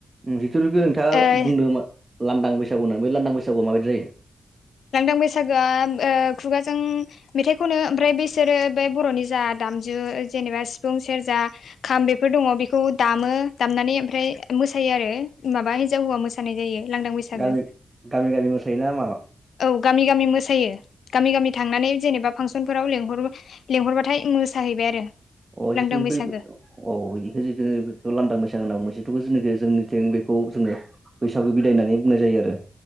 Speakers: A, on the right; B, on the left.
A: जिथुनोखि नोंथाङा
B: ओ
A: बुंदों लांदां बैसागु होननानै बे लांदां बैसागुआव माबदि जायो?
B: लांदां बैसागोआ ओ खुगाजों मेथाइ खनो ओमफ्राय बेसोरो बे बर'नि जा दा दामजु जेनेबा सिफुं सेरजा खाम बेफोरखौ दङ' बेखौ दायो। दामनानै आमफ्राय मोसायो आरो माबा हिनजाव हौवा मोसानाय जायो लांदां बैसागो।
A: गामि गामि गामि मोसायोना माबा?
B: औ गामि गामि मोसायो गामि गामि थांनानै जेनेबा फांसनफोराव लेंहर लेंहरबाथाय मोसा जाहैबाय आरो।
A: अ जिथु
B: लांदां बैसागो
A: बे अ बेखौ जिथु बेखौ लान्दा मोसागो होनना मोनसे <unintelligible> जेनाखि जोंनिथिं बेखौ जोङो बैसागु बिदाय होननानै बुंनाय जायो आरो।